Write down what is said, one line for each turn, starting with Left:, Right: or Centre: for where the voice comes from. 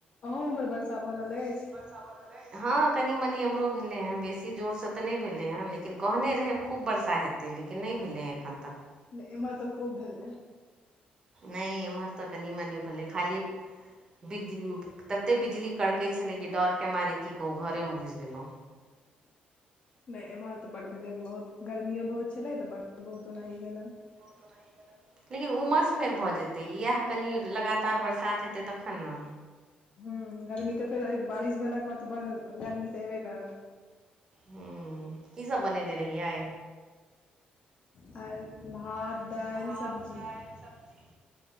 Left: अहूँ उमर वर्षा भऽ रहल अछि
Right: हमरलै हँ कनि मनि एमहरो भेलै हँ बेसी जोरसँ तऽ नहि भेलै हँ लेकिन कहने रहै खूब बरषा हेतै लेकिन नहि भेलै एखन तक
Left: नै एमहर तऽ खूब भेलै
Right: नहि एम्हर तऽ कनि मनि भेलै खाली बिज तते बिजली कड़कै छलै कि डरके मारे की कहू घरेमे घुसि गेलहुँ
Left: नहि एम्हर तऽ बड्ड भेलै बहुत गर्मियो बहुत छलै तऽ बड़ बहुत ओनाही भेलनि
Right: बहु त म गेल <unintelligible> लेकिन उमस फेर भऽ जेतै इएह कनि लगातार बरसात हेतै तखन ने
Left: हू गर्मी तऽ फेर बारिश भेलाके बाद तऽ ब गरमी तऽ हेबे करत
Right: ह कीसभ बनेने रहियै
Left: आर भात
Right: आइ
Left: दालि
Right: भात
Left: सब्जी
Right: दालि सब्जी।